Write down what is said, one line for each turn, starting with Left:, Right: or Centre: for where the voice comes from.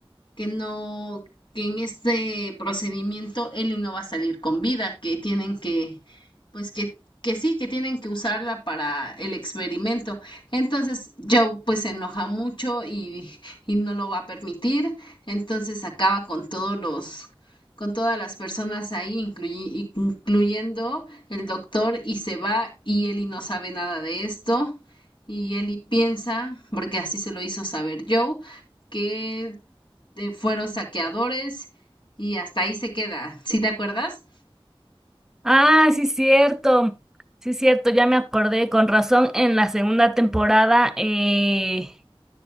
Left: que no, que en este procedimiento Ellie no va a salir con vida, que tienen que, pues que, que sí, que tienen que usarla para el experimento. Entonces Joe pues se enoja mucho y, y no lo va a permitir. Entonces acaba con todos los, con todas las personas ahí, incluyi- incluyendo el doctor y se va y Ellie no sabe nada de esto y Ellie piensa, porque así se lo hizo saber Joe, que eh, fueron saqueadores y hasta ahí se queda. ¿Sí te acuerdas?
Centre: Ah, sí, cierto. Sí, cierto, ya me acordé, con razón, en la segunda temporada eh,